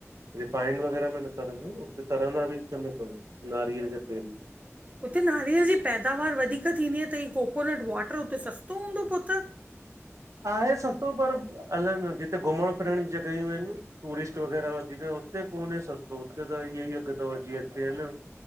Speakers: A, on the right; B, on the right.
A: रिफाइंड वग़ैरह में न तरंदा इन उते तरंदा ॿि उनमे तव नारियल ॼे तेल में।
B: उते नारियल ॼी पैदावार वधीक थींदी आ त हीअ कोकोनट वाटर उते सस्तो हूंदो पो त?
A: आहे सस्तो पर अल न ॼिते घुमणं फिरणं ज्यूं ॼॻहियूं हिनि टूरिस्ट वग़ैरह वधीक हुते कोन्हे सस्तो हुते त इह्येई अघ् तव ॼींअं हिते इन